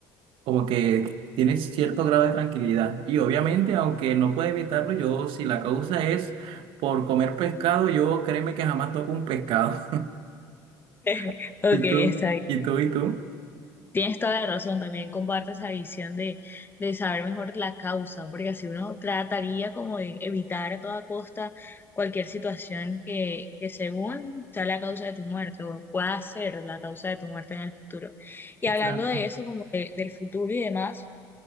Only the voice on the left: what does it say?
<laughs>
Ok,
está
bien.
Tienes toda la razón, también comparto esa visión de, de saber mejor la causa, porque así uno trataría como de evitar a toda costa cualquier situación que, que según sea la causa de tu muerte o pueda ser la causa de tu muerte en el futuro. Y
hablando de eso, como de- del futuro y demás,